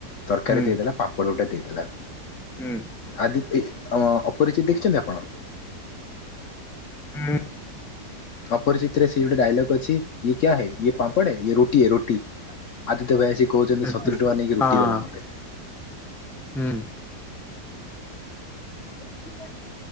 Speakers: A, on the left (about 60°); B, in the centre.
A: ତରକାରୀ
B: ହୁଁ
A: ଦେଇଦେଲା ପାପଡ଼ ଗଟା ଦେଇଦ। ଥିଲା।
B: ହୁଁ ହୁଁ
A: ଆଦିତି ଅଉ ଅପରିଚିତି। କହୁଛନ୍ତି ଆପଣ।
B: ହୁଁ
A: ଅପରିଚିତରେ ସେ ଗୋଟେ ଡାଇଲଗ୍ ଅଛି, ଇଏ କ୍ୟାୟ ହେ? ଇଏ ପାମ୍ପଡ ହେ ଇଏ ରୋଟି ହେ ରୋଟି ଆଦିତ୍ୟ ଭାଇ ଆସି କହୁଛନ୍ତି ସତୁରି
B: ହୁଁ।
A: ଟଙ୍କା ନେଇକି ରୁଟି
B: ହଁ
A: ଦେଲା ମୋତେ।
B: ହୁଁ। <unintelligible>